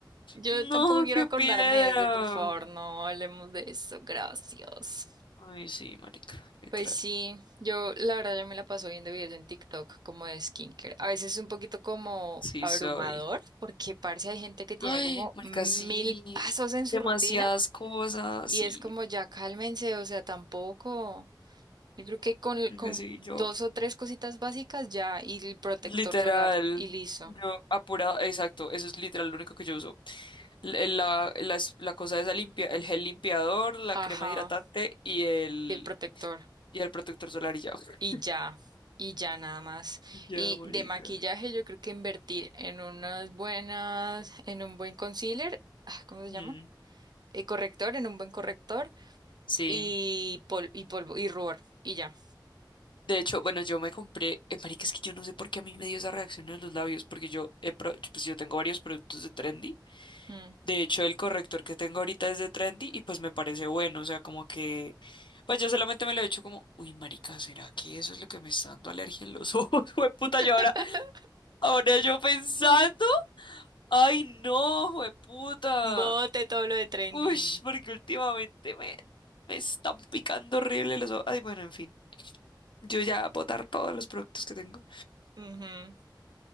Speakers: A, on the right; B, on the left.
A: Yo
B: No,
A: tampoco quiero
B: qué
A: acordarme
B: piedra.
A: de eso, por favor, no hablemos de eso, gracias.
B: Ay, sí, marica, literal.
A: Pues sí, yo la verdad yo me la paso viendo videos en TikTok como de skincare. A veces es un poquito como
B: Sí,
A: abrumador
B: soy.
A: porque parece hay gente que tiene
B: Ay,
A: como
B: marica,
A: mil
B: sí.
A: pasos en su
B: Demasiadas
A: rutina
B: cosas,
A: y
B: sí.
A: es como ya cálmense, o sea, tampoco. Yo creo que con,
B: Marica,
A: con
B: sí,
A: dos
B: yo,
A: o tres cositas básicas ya y el protector
B: literal.
A: solar y listo.
B: Yo, apurada, exacto, eso es literal lo único que yo uso. L- el- La, la, es- la cosa esa limpia, el gel limpiador, la
A: Ajá,
B: crema hidratante y el,
A: y el protector.
B: y el protector solar y ya. <laughs>
A: Y ya, y ya nada más.
B: Y Ya,
A: Y
B: marica.
A: de maquillaje yo creo que invertir en unas buenas, en un buen concealer, ah, ¿cómo se
B: Ujú,
A: llama? Eh, corrector, en un buen corrector
B: Sí,
A: y, pol- y polvo y rubor y ya.
B: de hecho, bueno, yo me compré, eh, marica, es que yo no sé por qué a mí me dio esa reacción en los labios, porque yo, he pro- yo, pues yo tengo varios productos de Trendy,
A: Mm.
B: de hecho el corrector que tengo ahorita es de Trendy y pues me parece bueno, o sea, como que, pues yo solamente me lo he hecho como, uy, marica, ¿será que eso es lo que me está dando alergia en los ojos? <laughs> Jueputa, yo
A: <laughs>
B: ahora, ahora yo pensando, ay no, jueputa,
A: Bote todo lo de trendy.
B: uy, porque últimamente me, me están picando horrible los ojos, ay, bueno, en fin. Yo ya botar todos los productos que tengo.
A: Ujú.